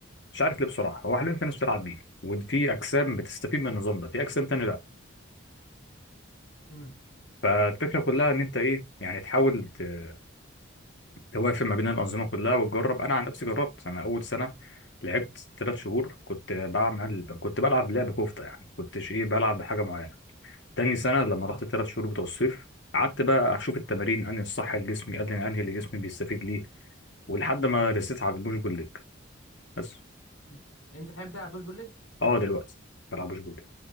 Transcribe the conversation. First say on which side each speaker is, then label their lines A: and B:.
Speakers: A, on the left; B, on the left.
A: مش عارف ليه بصراحه هو حاليا في ناس بتلعب بيه وفي اجسام بتستفيد من النظام ده في اجسام تاني لا
B: امم
A: فالفكره كلها ان انت ايه يعني تحاول ت- توافق ما بين الانظمه كلها وتجرب انا عن نفسي جربت انا اول سنه لعبت ثلاث شهور كنت بعمل كنت بلعب لعب كفته يعني كنتش ايه بلعب بحاجه معينه تاني سنة لما
B: اه
A: رحت الثلاث شهور بتوع الصيف قعدت بقى أشوف التمارين أنهي الصح لجسمي أنهي أنهي اللي جسمي بيستفيد ليه ولحد ما رسيت على البوش بول ليج بس
B: مم. يعني انت الحين بتاع بوش بول ليج
A: أه دلوقتي بلعب بوش بول ليج